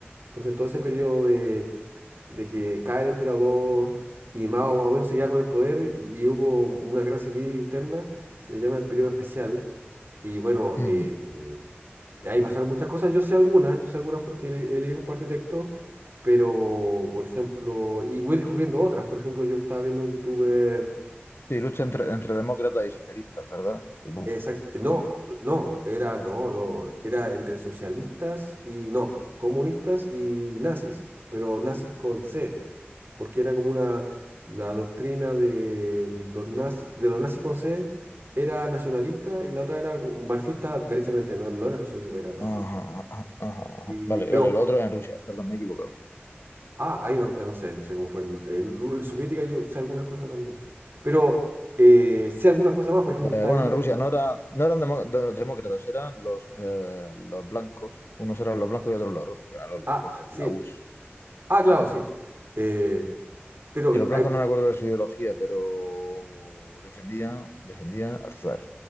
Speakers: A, on the right (about 55°); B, on the left (about 65°).
A: Entonces, todo ese periodo de, de que cae el emperador y Mao más o menos se queda con el poder y hubo una guerra civil interna, se le llama el periodo especial. Y bueno,
B: ujú.
A: eh, y ahí pasaron muchas cosas, yo sé algunas, yo sé algunas porque le- he leído un par de textos, pero, por ejemplo, y voy descubriendo otras, por ejemplo, yo estaba viendo un youtuber,
B: Sí, lucha entre, entre demócratas y socialistas, ¿verdad? Supongo.
A: exact- no, no, era, no, lo- era entre socialistas y, no, comunistas y nazis, pero nazis con C, porque era como una, la doctrina de los nazis, de los nazis con C era nacionalista y la otra era marxista derechamente, no, no era socialista, era marxista.
B: Ajá, ajá, ajá, ajá.
A: Y,
B: Vale,
A: pero
B: vale, lo otro es en Rusia, perdón, me he equivocado.
A: Ah, ahí no, eh, no sé, no sé cómo fue. En, en Ru- en soviética yo sé algunas cosas también. Pero eh, sé algunas cosas más, por ejemplo,
B: Eh,
A: estaba
B: bueno,
A: viendo.
B: en Rusia no, era- no eran demo- de- demócratas, eran los, eh, los blancos. Unos eran los blancos y otros los rojos, y eran
A: Ah,
B: los, rojos,
A: sí.
B: la URSS.
A: Ah, claro, sí. Eh, pero
B: Que los blancos
A: hay.
B: no me acuerdo de su ideología, pero defendían, defendían al zar.